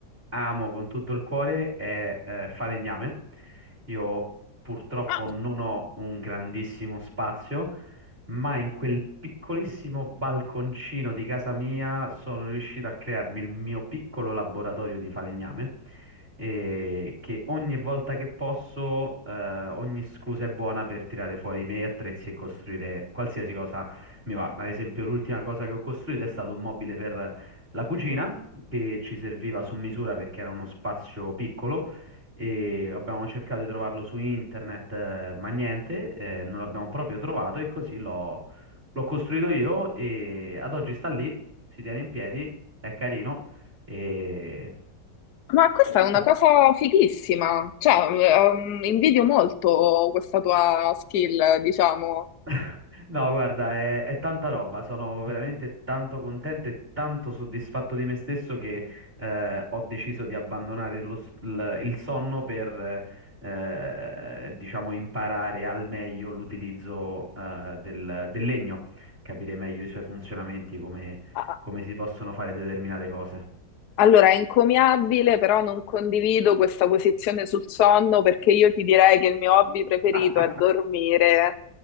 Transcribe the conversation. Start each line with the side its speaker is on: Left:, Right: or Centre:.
Right: amo con tutto il cuore è eh, falegname. Io purtroppo
Left: Ah,
Right: non ho un grandissimo spazio, ma in quel piccolissimo balconcino di casa mia sono riuscito a crearmi il mio piccolo laboratorio di falegname e che ogni volta che posso, eh, ogni scusa è buona per tirare fuori i miei attrezzi e costruire qualsiasi cosa mi va. Ad esempio, l'ultima cosa che ho costruito è stato un mobile per la cucina che ci serviva su misura perché era uno spazio piccolo. E abbiamo cercato di trovarlo su internet, eh, ma niente, eh, non l'abbiamo proprio trovato e così l'ho l'ho costruito io e ad oggi sta lì, si tiene in piedi, è carino e,
Left: ma questa
Right: e ci
Left: è
Right: sta.
Left: una cosa fighissima, cioè ehm, invidio molto questa tua skill, diciamo.
Right: <laughs> No, guarda, è, è tanta roba, sono veramente tanto contento e tanto soddisfatto di me stesso che eh, ho deciso di abbandonare lo s- il, il sonno per, eh, diciamo, imparare al meglio l'utilizzo eh, del, del legno, capire meglio i suoi funzionamenti, come,
Left: Ah,
Right: come si possono fare determinate cose.
Left: Allora, è encomiabile, però non condivido questa posizione sul sonno perché io ti direi che il mio hobby preferito
Right: <laughs>
Left: è dormire.